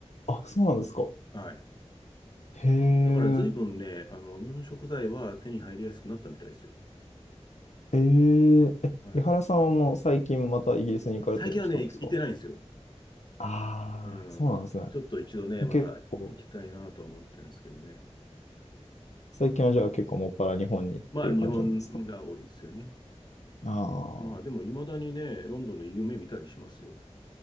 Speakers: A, on the left; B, on the left.
A: あ、そうなんですか。
B: はい。
A: へえ、
B: だから随分ね、あの、日本食材は手に入りやすくなったみたいですよ。
A: えー、え、
B: はい。
A: 井原さんはもう最近またイギリスに行かれたりもしたんですか
B: 最近はね、行行ってないんですよ。
A: ああー、
B: うん。
A: そうなんですね。
B: ちょっと一度ね、また行きたいなとは思ってるんですけどね。
A: 結構、最近はじゃあ結構もっぱら日本にっていう感じなんですか
B: まあ、日本が多いですよね。
A: あ
B: まあでも未だにね、
A: あー、
B: ロンドンの夢見たりしますよ。